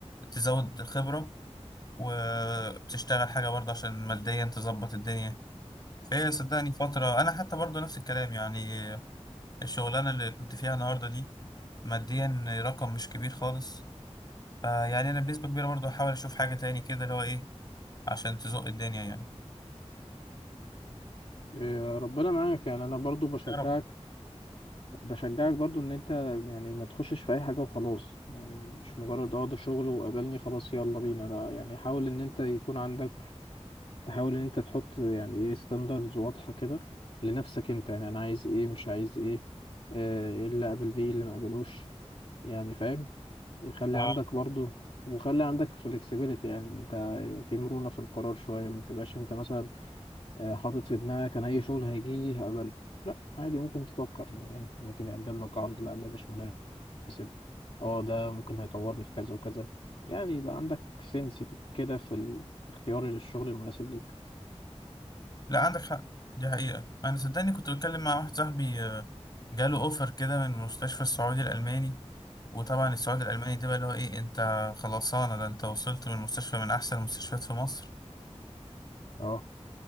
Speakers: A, on the left; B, on the left.
A: تزود خبرة وتشتغل حاجة برضه عشان ماديا تظبط الدنيا ايه صدقني فترة انا حتى برضو نفس الكلام يعني الشغلانة اللي كنت فيها النهاردة دي ماديا رقم مش كبير خالص فيعني انا بنسبة كبيرة برضو هحاول اشوف حاجة تاني كده اللي هو ايه عشان تزق الدنيا يعني
B: إيه، ربنا معاك يعني انا برضو بشجعك
A: يا رب
B: بشجعك برضو ان انت يعني ما تخشش في اي حاجة وخلاص يعني مش مجرد اه ده شغل وقابلني خلاص يلا بينا لا يعني حاول ان انت يكون عندك تحاول ان انت تحط يعني ايه ستاندردز واضحة كده لنفسك انت يعني انا عايز ايه مش عايز ايه آه، ايه اللي اقبل بيه إيه اللي ما اقبلوش يعني فاهم يخلي
A: اه
B: عندك برضو وخلي عندك flexibility يعني انت في مرونة في القرار شوية ما تبقاش انت مثلا آه، حاطط في دماغك انا اي شغل هيجي لي هقبله لا عادي ممكن تفكر يعني ممكن يقدم لك عرض لا ده مش مناسب اه ده ممكن هيطورني في كذا وكذا يعني يبقى عندك سنس كده في ال- اختيار الشغل المناسب ليك
A: لا عندك حق دي حقيقة انا صدقني كنت بتكلم مع واحد صاحبي آه، جاله اوفر كده من المستشفى السعودي الالماني وطبعا السعودي الالماني ده بقى اللي هو ايه انت خلصانة ده انت وصلت من مستشفى من احسن المستشفيات في مصر
B: اه